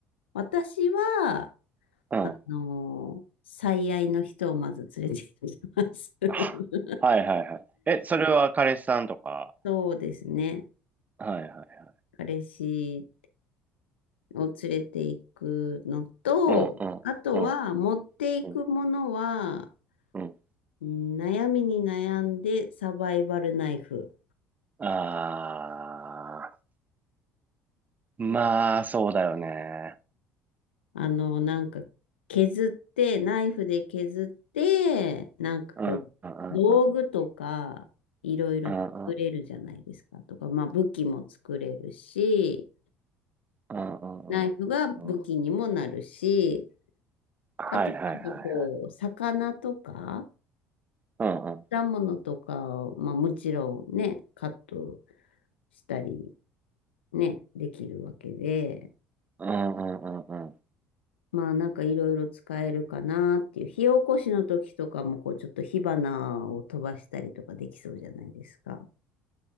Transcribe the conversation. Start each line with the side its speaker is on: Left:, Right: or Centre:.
Left: 私は、
Right: うん。
Left: あの、最愛の人をまず連れて行きます。<laughs>
Right: あはいはいはい。え、それは彼氏さんとか。
Left: そうですね。
Right: はいはい。
Left: 彼氏を連れて行くのと、
Right: うんうんうん。
Left: あとは持っていくものは、
Right: うん、うん。
Left: うん悩みに悩んでサバイバルナイフ。
Right: ああ、まあ、そうだよね。
Left: あの、なんか、削って、ナイフで削って、なんかこう、
Right: うん、うん、うん、
Left: 道具とか、
Right: うん、
Left: いろいろ作れるじゃないですか。
Right: うん、うん、
Left: とか、まあ、武器も作れるし、
Right: うん、うん。
Left: ナイフが武器にもなるし、
Right: うんはい、
Left: あと、
Right: はい、
Left: なんかこう、
Right: はいはい。
Left: 魚とか、
Right: うん、うん、
Left: 果物とかを、まあ、もちろんね、カットしたり、ね、できるわけで、
Right: うん、うん、うん。うん
Left: まあなんかいろいろ使えるかなっていう。火起こしの時とかもこうちょっと火花を飛ばしたりとかできそうじゃないですか。